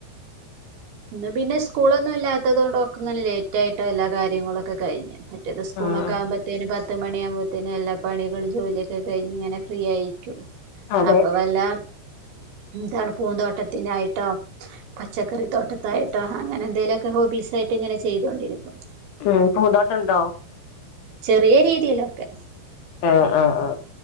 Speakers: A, on the right (about 65°); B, on the left (about 70°).
A: ഇന്ന് പിന്നെ സ്കൂളൊന്നും ഇല്ലാത്തത് കൊണ്ടൊക്കേ ഇങ്ങനെ ലേറ്റ് ആയിട്ടാ എല്ലാ കാര്യങ്ങളും ഒക്കെ കഴിഞ്ഞെ. മറ്റേത് സ്കൂളൊക്കെ
B: ആഹ്
A: ആവുംമ്പത്തേന് പ പത്ത് മണിയാകുമ്പോത്തേനും എല്ലാ പണികളും ജോലിയൊക്കെ കഴിഞ്ഞ് ഇങ്ങനെ ഫ്രീ ആയിരിക്കും.
B: അതെ
A: അപ്പൊ വല്ല എന്താണ് പൂന്തോട്ടത്തിന് ആയിട്ടോ പച്ചക്കറി തോട്ടത്തായിട്ടോ അങ്ങനെ എന്തേലുക്കെ ഹോബീസ് ആയിട്ട് ഇങ്ങനെ ചെയ്തൊണ്ടിരിക്കും.
B: ഉം പൂന്തോട്ടണ്ടോ?
A: ചെറിയ രീതിയിലൊക്കെ.
B: ആഹ് ആ ആ.